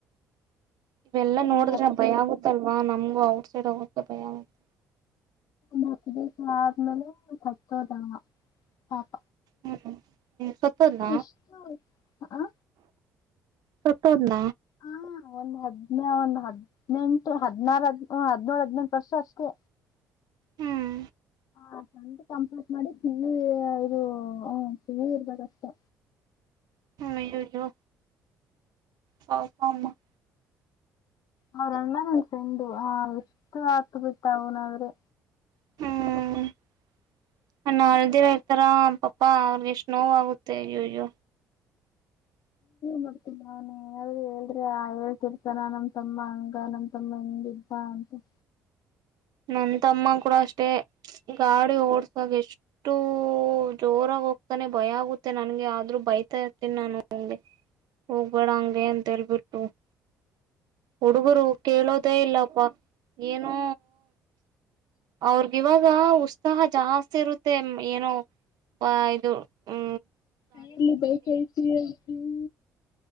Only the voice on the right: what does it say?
ಇವೆಲ್ಲ
ನೋಡಿದ್ರೆ
ಭಯ ಆಗುತ್ತಲ್ವಾ ನಮ್ಗು ಔಟ್ಸೈಡ್ ಅವ್ರಗೆ ಭಯ ಆಗುತ್ತ
ಹ್ಮ್ ನೀ ಸತ್ತಲ್ಲ
ಸತ್ತುದ
ಹ್ಮ್
ಹ ಅಯ್ಯಯ್ಯೋ ಪಾಪ ಅಮ್ಮ <inaudible>
ಹೂ ಹಣ್ಣ ಹಳದಿರಯತಾರ ಪಪ್ಪಾ ಅವ್ರಿಗೆ ಎಷ್ಟ ನೋವ ಆಗುತ್ತೆ ಅಯ್ಯ ಅಯ್ಯೋ, <inaudible>
ನಮ್ಮ ತಮ್ಮನ ಕೂಡ ಅಷ್ಟೇ ಗಾಡಿ ಓಡಸುವಾಗ ಎಷ್ಟ ಷ್ಟು ಜೋರಾಗಿ ಹೋಗ್ತಾನೆ ಭಯ ಆಗುತ್ತೆ ನನಗೆ ಆದ್ರೂ ಬೈತಾ ಇರ್ತೀನಿ ನಾನು ಅವನಿಗೆ ಹೋಗ್ಬೇಡ ಹಂಗೆ ಅಂತ ಹೇಳ್ಬಿಟ್ಟು. <inaudible> ಹುಡುಗರು ಕೇಳೋದೇ ಇಲ್ಲಪ್ಪಾ ಏನೋ ಅವರ ಇವಾಗ ಉತ್ಸಾಹ ಜಾಸ್ತಿ ಇರುತ್ತೆ ಏನೋ ಆ ಇದು ಹೂ